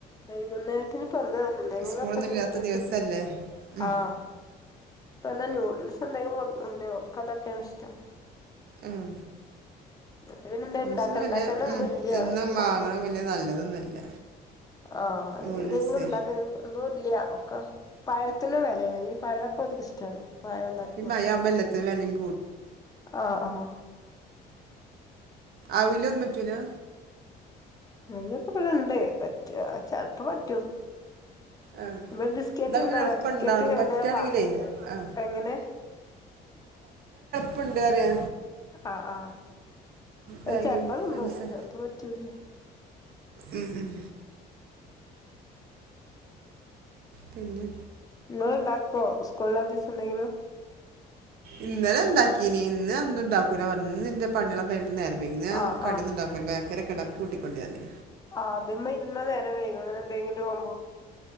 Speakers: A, on the left (about 20°); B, on the right (about 65°).
A: വൈകുന്നേരത്തി <unintelligible> ന്ത എന്തെങ്കിലും
B: സ്കൂളൊന്നും ഇല്ലാത്ത
A: കുട്ടികൾക്ക്
B: ദിവസല്ലേ ഉം
A: ആ <unintelligible> നൂഡിൽസ് എന്തെങ്കിലും ഉണ്ടോ അതൊക്കെയാ <unintelligible> ഇഷ്ടം
B: ഉം
A: പിന്നെ എന്തണ്ടാക്ക
B: ദിവസൊന്നുമില്ല
A: ഇണ്ടാക്കാ നോന്നും
B: ഉം
A: ഇല്ല്യ
B: എന്നും വാങ്ങണം
A: കൊണ്ടോ
B: വലിയ നല്ലതൊന്നുമല്ല
A: ആ അല്ലെങ്ങി
B: നൂഡിൽസ്
A: എന്തെങ്കിലുണ്ടാക്ക ഒന്നും ഇല്ല്യ ക്ക പഴത്തിനും വെലേണ്, അല്ലേ പഴൊക്കെ ഓര്ക്കിഷ്ടാണ്. പഴം ഇണ്ടാക്കി
B: ഈ
A: കൊട്ത്താ
B: മഴയാവുമ്പോ എല്ലാത്തിനും വെലയും
A: ആഹ് ആഹ്
B: അവ്‌ലൊന്നും പറ്റൂലാ?
A: <unintelligible> ഇബടെ ഇണ്ട് പറ്റാച്ചാൽ ഇപ്പ പറ്റും <unintelligible>
B: ആ
A: ബിസ്കറ്റ്
B: ഇതൊക്കെ
A: ഉണ്ട്‌വ്ടെ
B: പിന്നെ എളുപ്പണ്ടാവണം
A: ബിസ്കറ്റ് <unintelligible>
B: പറ്റാണെങ്കിലേ ആ
A: അങ്ങനെ
B: പ്പണ്ട് അറ്യ
A: ആഹ് ആഹ് അത്
B: തേങ്ങയും
A: ചെലപ്പോ തിന്നും
B: പഞ്ചസാ
A: ചെലപ്പോ പറ്റൂല്യ
B: ഉം ഉം പിന്നെ
A: നിങ്ങള്ണ്ടാക്കോ ഉസ്കൂളില്ലാ ദിവസന്തെങ്കിലും?
B: ഇന്നലെ ഇണ്ടാക്കീനി ഇന്ന് ഒന്നും ഉണ്ടാക്കൂല പറഞ്ഞ് ഇന്ന്ന്റെ പണികള കഴി നേരം <unintelligible> ഞാൻ
A: ആഹ്
B: കടിന്നുണ്ടാക്കുല ബേക്കറിക്കെണ്ടാക്കും കൂട്ടിക്കോണ്ടി യാന്
A: ആ അതിമ്മ ഇരുന്നാ നേരം വൈകും അങ്ങനെ എന്തെങ്കിലും ആവു മ്പോ